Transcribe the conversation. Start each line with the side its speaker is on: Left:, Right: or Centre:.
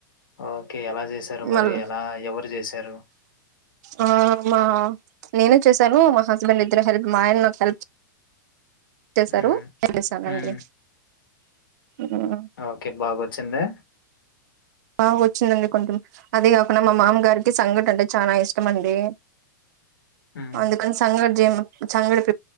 Left: ఆ ఓకె ఎలా చేశారు మరీ
Right: మళ్ళ
Left: ఎలా ఎవరు చేశారు?
Right: ఆ మా నేనే చేశాను మా హస్బెండ్ ఇద్దరు హెల్ప్ మా ఆయన నాకు హెల్ప్ చె చేసారు
Left: హ్మ్.
Right: ఎల్లెసానండి
Left: హ్మ్.
Right: మ్మ్
Left: ఓకే. బాగొచ్చిందా?
Right: బాగొచ్చిందండి కొంచెం అదీ కాకుండా మా మామ గారికి సంఘట అంటే చాలా ఇష్టం అ తె
Left: హ్మ్.
Right: అందుకని సంగ జం చంగడిక్